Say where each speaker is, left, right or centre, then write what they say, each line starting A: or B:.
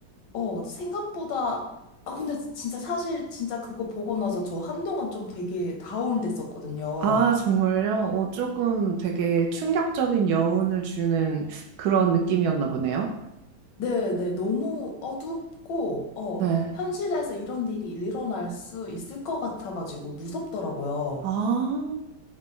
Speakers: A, on the left; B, on the right.
A: 어, 생각보다, 아, 근데 진짜 사실 진짜 그거 보고 나서 저 한동안 좀 되게 다운됐었거든요.
B: 아, 정말요? 어, 조금 되게 충격적인 여운을 주는 그런 느낌이었나 보네요.
A: 네네, 너무 어둡고, 어,
B: 네.
A: 현실에서 이런 일이 일어날 수 있을 것 같아가지고 무섭더라고요.
B: 아.